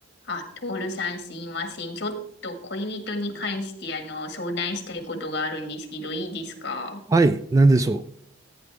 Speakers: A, on the left; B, on the right.
A: あ、トールさんすいません。ちょっと恋人に関してあの相談したいことがあるんですけど、いいですか
B: はい、なんでしょう。